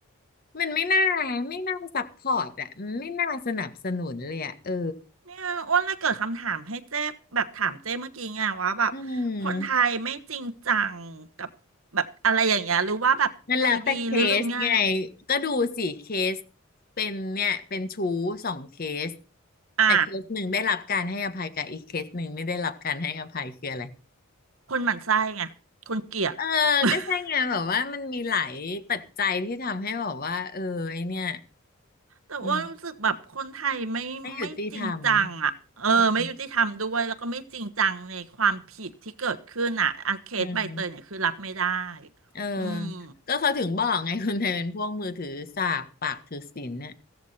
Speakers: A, on the left; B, on the right.
A: มันไม่น่าไม่น่าซัพพอร์ตอ่ะมันไม่น่าสนับสนุนเลยอ่ะเออ
B: เนี่ยอ้วนเลยเกิดคำถามให้เจ๊แบบถามเจ๊เมื่อกี้ไงว่าแบบคนไทยไม่จริงจังกับแบบอะไรอย่างเงี้ยหรือว่าแบบใจดีหรือลืมง่าย
A: อืม นั่นแหละแต่เคสไงก็ดูสี่เคสเป็นเนี่ยเป็นชู้สองเคส
B: อ่า
A: แต่เคสหนึ่งได้รับการให้อภัยกับอีกเคสหนึ่งไม่ได้รับการให้อภัยคืออะไร
B: คนหมั่นไส้ไงคนเกลียด
A: เออก็ใช่ไงแบบว่ามันมีหลายปัจจัยที่ทำให้แบบว่าเออไอเนี่ย
B: <laughs> แต่ว่ารู้สึกแบบคนไทยไม่ไม่จริงจังอ่ะเออไม่ยุติธรรมด้วยแล้วก็ไม่จริงจังในความผิดที่เกิดขึ้นอ่ะอาเคสใบเตยเนี่ยคือรับไม่ได้
A: อืมไม่ยุติธรรมอืมอืมเออ
B: อืม
A: ก็เขาถึงบอกไงคนไทยเป็นพวกมือถือสากปากถือศีลเนี่ย